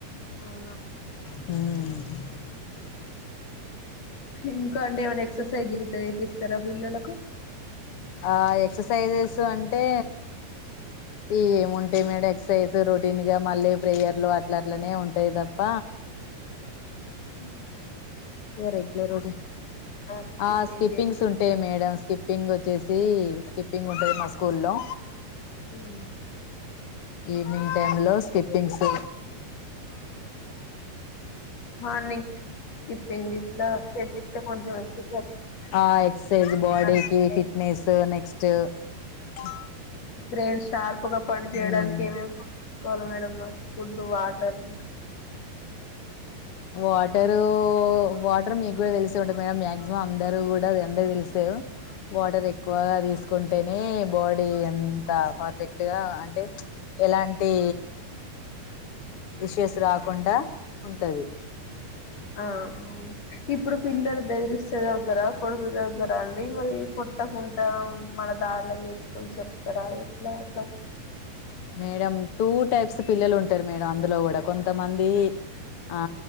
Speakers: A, on the left; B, on the left.
A: అవునా
B: హుమ్మ్
A: ఇంకా అంటే ఏమైన్నా ఎక్సర్సైజ్ చేపిస్తారా పిల్లలకు
B: ఆ ఎక్ససైజెస్ అంటే ఈ ఏముంటాయి మేడం ఎక్ససైజ్ రొటీన్గా మళ్ళీ ప్రేయర్లు అట్లా అట్లనే ఉంటాయి తప్ప
A: ఉ
B: ఏ రెగ్యులర్
A: ఆహ్, స్కిప్పింగ్
B: ఆ స్కిప్పింగ్స్
A: జే
B: ఉంటాయి మేడమ్స్ స్కిప్పింగ్ వచ్చేసి స్కిప్పింగ్ ఉంటది మా స్కూల్లో
A: హమ్
B: ఈవినింగ్ టైమ్ లో స్కిప్పింగ్స్
A: మార్నింగ్ స్కిప్పింగ్ ఇట్లా చెపిత్తే కొంచెం వచ్చి
B: ఆ ఎక్ససైజ్ బాడీకి
A: మంచిగా
B: ఫిట్నెస్ నెక్స్ట్ <unintelligible>
A: బ్రెయిన్ షార్ప్ గా పని చేయడానికి
B: మ్మ్
A: ఏమేమి కో కోవాల మేడం మరి ఫుడ్ వాటర్ ఇంకా
B: వాటరు వాటర్ మీకు కూడా తెలిసే ఉంటుంది మేడం మాయాక్సిమం అందరు కూడా అందరు తెలిసేవు వాటర్ ఎక్కువగా తీసుకుంటేనే బాడీ ఎంత పర్ఫెక్ట్గా అంటే ఎలాంటి విశేష్ రాకుండా ఉంటది
A: ఆ అవున్ ఇప్పుడు పిల్లలు బెదిరిస్తే చదువుతారా కొడుతే చదువుతారా అండి మరి కొట్టకుంట మన దారులోకి తెచ్చుకొని చెప్తారా ఎట్లా అసల్
B: మేడం టూ టైప్స్ పిల్లలు ఉంటారు మేడం అందులో కూడా కొంతమంది ఆ